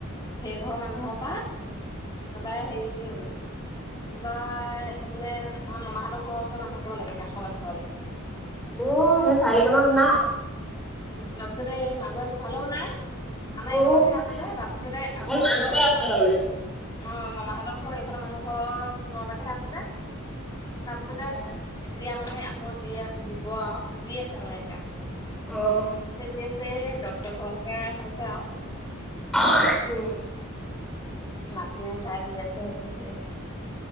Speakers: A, on the left; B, in the centre.
A: সেই ঘৰৰ মানুহৰ পৰা একেবাৰে হেৰি কোনোবা এইবোলে আমাৰ মামাহতৰ ঘৰ ওচৰৰ মানুহ ঘৰলৈকে কাষৰ মানুহ ঘৰলৈকে
B: অ সেই চাৰি আলিকনত নাই
A: উম তাৰপিছতে এই এই মাজত সিফালেও নাই আমাৰ
B: অ',
A: এইকনতহে আছিলে তাৰপিছতে আকৌ
B: অকল মাজতে
A: এইকতো
B: আছিলে
A: অ
B: তাৰমানে।
A: মামাহঁতৰ ঘৰ এইফালে মানুহ ঘৰ পুনলৈকেহে আছিলে তাৰপাছতে
B: অ',
A: এতিয়া মানে আকৌ দি দিব আও দি আছে মানে এতিয়া
B: অ
A: দি আছে দত্তৰ ঘৰলৈকে হৈছে আৰু
B: অ
A: মাটিও উঠাই দি আছে সেইবোৰ কৰি আছে